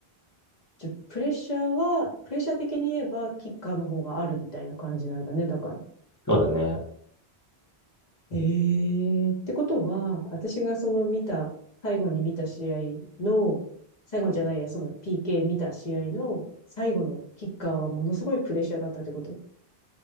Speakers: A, on the left; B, on the left.
A: じゃ、プレッシャーは、プレッシャー的に言えば、キッカーの方があるみたいな感じなんだね、だから。
B: そうだね。
A: ええってことは、私がその見た、最後に見た試合の、最後じゃないや、その PK 見た試合の最後のキッカーはものすごいプレッシャーだったってこと